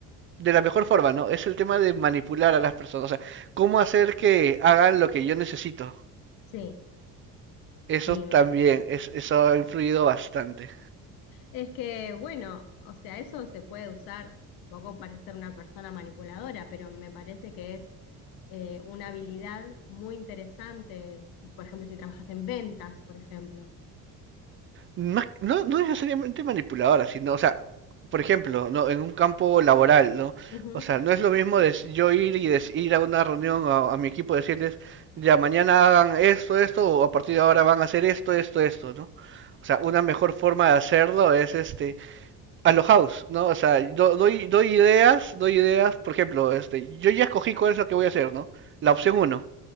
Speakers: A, on the right; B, on the left.
A: de la mejor forma, ¿no? Es el tema de manipular a las personas, o sea, cómo hacer que hagan lo que yo necesito.
B: Sí,
A: Eso
B: sí.
A: también, es, eso ha influido bastante.
B: Es que, bueno, o sea, eso se puede usar tampoco para ser una persona manipuladora, pero me parece que es eh, una habilidad muy interesante, pues, por ejemplo, si trabajas en ventas, por ejemplo.
A: Más- no, no necesariamente manipuladora, sino, o sea, por ejemplo, ¿no? En un campo laboral, ¿no?
B: Ujú.
A: O sea, no es lo mismo des- yo ir y des- ir a una reunión a, a mi equipo y decirles, ya mañana hagan esto, esto, o a partir de ahora van a hacer esto, esto, esto, ¿no? O sea, una mejor forma de hacerlo es este, a lo house, ¿no? O sea, do- doy, doy ideas, doy ideas, por ejemplo, este, yo ya escogí cuál es lo que voy a hacer, ¿no? La opción uno.